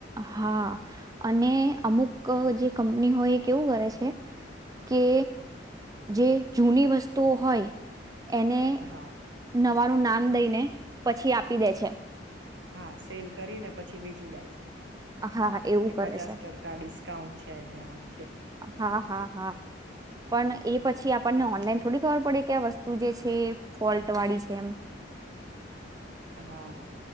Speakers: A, on the right (about 20°); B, on the right (about 70°).
A: હા અને અમુક જે કંપની હોય એ કેવું કરે છે કે જે જૂની વસ્તુઓ હોય એને
B: હા
A: ન તારું નામ દઈને પછી આપી દે છે.
B: હા સેલ કરી ને પછી વેચી દાય છે.
A: હા એવું
B: કે
A: કરે
B: પચાસ
A: છે
B: ટકા ડિસ્કાઉન્ટ છે ને આમ છે
A: હા હા હા પણ એ પછી આપણને
B: હા
A: ઓનલાઈન થોડી ખબર પડે કે આ વસ્તુ જે છે ફોલ્ટ વાળી છે એમ.
B: હા